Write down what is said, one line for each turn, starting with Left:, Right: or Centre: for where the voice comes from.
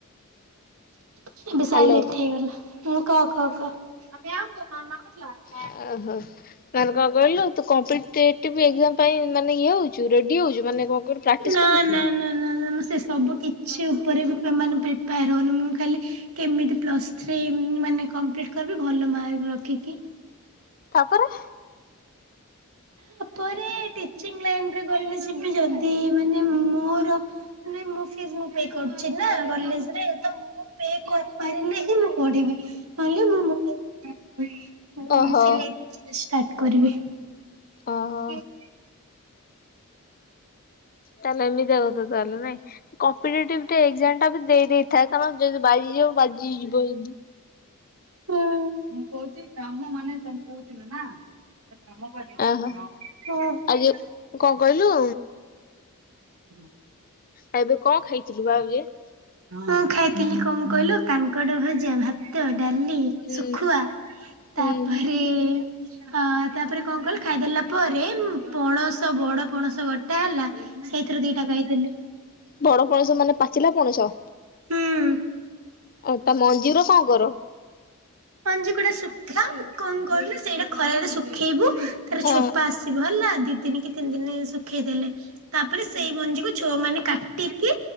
Right: ଏବେ ସାଇଲେଣ୍ଟ
Left: ହ୍ୟାଲୋ
Right: ହେଇଗଲା କ କ କ କ
Left: ଆହ ମାନେ କଁ କହିଲୁ ତୁ କମ୍ପିଟେଟିବ୍ ଏକ୍ଜାମ୍ ପାଇଁ ମାନେ ଇଏ ହଉଚୁ? ରେଡି ହଉଚୁ? ମାନେ କଁ କହିଲୁ ପ୍ରାକ୍ଟିସ୍
Right: ନା
Left: କରୁଚୁ?
Right: ନା ନା ନା ନା ସେ ସବୁ କିଛି ଉପରେ ବି ପେ-ମାନେ ପ୍ରିପାର ହଉନି। ମୁଁ ଖାଲି କେମିତି ପ୍ଲସ୍ ଥ୍ରୀ ମାନେ କମ୍ପ୍ଲିଟ୍ କରିବି? ଭଲ ମାର୍କ ରଖିକି।
Left: ତା ପରେ?
Right: ତାପରେ ଟିଚିଂ ଲାଇନ୍ ରେ ଗଲେ ଯିବି, ଯଦି ମାନେ ମୋର ନାଇଁ ମୋ ଫିସ୍ ମୁଁ ପେ କରୁଚି ନା କଲେଜରେ। ତ ମୁଁ ପେ କରିପାରିଲେ ହିଁ ମୁଁ ପଢିବି। ନହଲେ ମୁ ମୋର <unintelligible>
Left: ଓହୋ
Right: ସିଲେଇ ଷ୍ଟାର୍ଟ କରିବି।
Left: ଓହୋ
Right: <inaudible>
Left: ତାହାଲେ ଏମିତିଆ କଥା ତାହେଲେ ନାଇ। କମ୍ପିଟେଟିଭ୍ ଟା ଏକ୍ଜାମ ଟା ବି ଦେଇେଦେଇଥା, କାରଣ ଯଦି ବାଜିଯିବ ବାଜି ଯିବ ଯଦି।
Right: ହୁଁ। ମୁଁ କହୁଚି କାମ ମାନେ ତମେ କହୁଥିଲ ନା? ଆ କାମ କରିବୁ?
Left: ଓହୋ
Right: ହୁଁ।
Left: ଆଉ ଯେ କଣ କହିଲୁ?
Right: ହୁଁ।
Left: ଆଉ ଏବେ କଣ ଖାଇ ର୍ବାେ <unintelligible>
Right: ମୁଁ ଖାଇଥିଲି କଣ କହିଲୁ, କାଙ୍କଡ ଭଜା, ଭାତ ତ ଡାଲି,
Left: ହୁଁ
Right: ଶୁଖୁଆ
Left: ହୁଁ
Right: ତାପରେ ଅ ତାପରେ କଣ କହିଲ ଖାଇଦେଲା ପରେ, ପଣସ ବଡ ପଣସ କଟା ହେଲା। ଶଇ ଥିରୁ ଦିଟା ଖାଇଥିଲି।
Left: ବଡ ପଣସ ମାନେ ପାଚିଲା ପଣସ?
Right: ହୁଁ।
Left: ଆ ତା ମଞ୍ଜିୁରା କଣ କର?
Right: ପଞ୍ଜି କୁଡା ଶୁଖା କଣ କହିଲ ସେଇଟା ଖରାରେ ଶୁଖେଇବୁ, ତାର
Left: ଆ
Right: ଛୋପା ଆସ ଭଲ ଦି ଦିନ କି ତିନି ଦିନ, ଶୁଖେଇଦେଲେ। ତାପରେ ସେଇ ମଞ୍ଜି କୁ ଛୁଆମାନୋ କାଟିକି